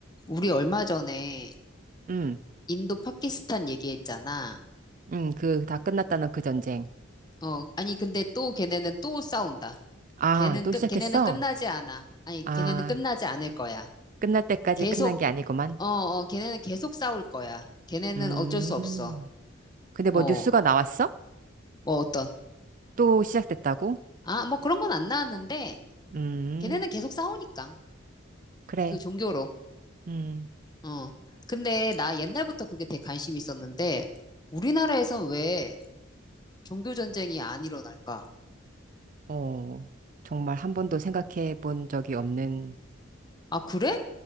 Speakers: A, on the left; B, on the right.
A: 우리 얼마 전에
B: 응,
A: 인도 파키스탄 얘기했잖아.
B: 응, 그, 다 끝났다는 그 전쟁.
A: 어, 아니 근데 또 걔네는 또 싸운다.
B: 아,
A: 걔는
B: 또
A: 끝,
B: 시작했어?
A: 걔네는 끝나지 않아. 아니
B: 아,
A: 걔네는 끝나지 않을 거야.
B: 끝날 때까지
A: 계속
B: 끝난 게 아니구만.
A: 어, 어, 걔네는 계속 싸울 거야. 걔네는
B: 음,
A: 어쩔 수 없어.
B: 근데
A: 어,
B: 뭐 뉴스가 나왔어?
A: 뭐 어떤
B: 또 시작됐다고?
A: 아, 뭐 그런 건 안 나왔는데
B: 음,
A: 걔네는 계속 싸우니까
B: 그래.
A: 그 종교로.
B: 음,
A: 어. 근데 나 옛날부터 그게 되게 관심이 있었는데 우리나라에선 왜 종교 전쟁이 안 일어날까?
B: 어, 정말 한 번도 생각해 본 적이 없는,
A: 아, 그래?